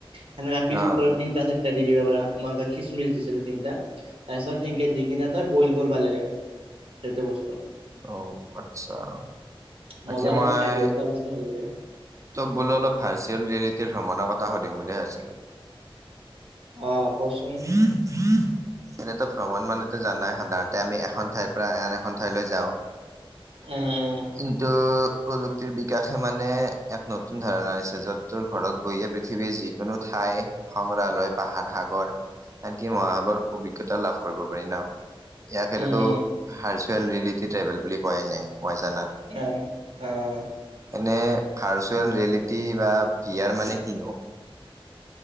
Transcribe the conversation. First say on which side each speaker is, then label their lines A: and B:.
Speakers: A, on the right; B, on the right.
A: সেনেকা পিছ
B: অ
A: ওপৰত তিনটা চা টা দি দিব পাৰা, মই আক খিচমিচ দিছিলো তিনটা, তাৰপিছত সেনকে দি কিনে তই বইল কৰিব লাগে সেইটো বস্তু।
B: অ আচ্ছা, বাকী
A: মজা
B: মই
A: লাগে খাই দুয়োটা বস্তু ভাল লাগে
B: তোক বোলো অলপ ভাৰ্চুৱেল ৰিয়েলিটিৰ ভ্ৰমণৰ কথা সুধিম বুলি ভাবছিলোঁ?
A: অ। কচোন
B: হম হম <unintelligible> এনেটো ভ্ৰমণ মানেটো জানাই সাধাৰণতে আমি এখন ঠাইৰ পৰা আন এখন ঠাইলৈ যাওঁ।
A: উম উম
B: কিন্তু প্ৰযুক্তিৰ বিকাশে মানে এক নতুন ধাৰণা আনিছে, য'ত তোৰ ঘৰত বহিয়ে পৃথিৱীৰ যিকোনো ঠা ঠাই সংগ্ৰালয়, পাহাৰ, সাগৰ আনকি মহাসাগৰ অভিজ্ঞতাও লাভ কৰিব পাৰি ন, ইয়াত সেইটোতো
A: উম
B: হাৰ
A: উম
B: ভাৰ্চুৱেল ৰিয়েলিটী ট্ৰেভেল বুলি কয় এনে মই জনাত।
A: অ অ।
B: এনে ভাৰ্চুৱেল ৰিয়েলিটী বা ভিয়াৰ মানে কিনো?